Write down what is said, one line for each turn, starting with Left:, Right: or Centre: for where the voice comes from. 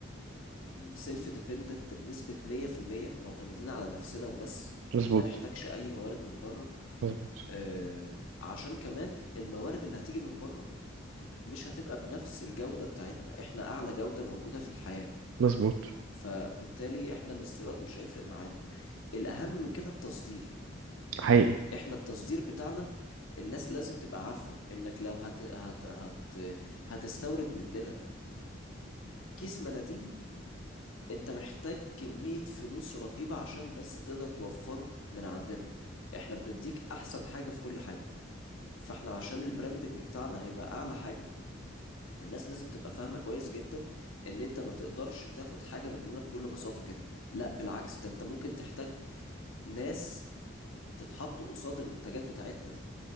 Left: سيلف ديبندنت بنسبة 100% معتمدين على نفسنا وبس
Right: مظبوط
Left: ما نحتاجش أي موارد من بره
Right: مظبوط
Left: آم، عشان كمان الموارد اللي هتيجي من بره مش هتبقى بنفس الجودة بتاعتنا احنا أعلى جودة موجودة في الحياة
Right: مظبوط
Left: فبالتالي احنا الاستيراد مش هيفرق معانا الأهم من كده التصدير
Right: حقيقي
Left: احنا التصدير بتاعنا الناس لازم تبقى عارفة انك لو هت... هت... هت... هتستورد مننا كيس مناديل انت محتاج كمية فلوس رهيبة عشان بس تقدر توفره من عندنا احنا بنديك احسن حاجة في كل حاجة فاحنا عشان البراندنج بتاعنا هيبقى اعلى حاجة الناس لازم تبقى فاهمة كويس جدا ان انت ما تقدرش تاخد حاجة مننا بكل بساطة كده لا بالعكس ده انت ممكن تحتاج ناس تتحط قصاد المنتجات بتاعتنا دي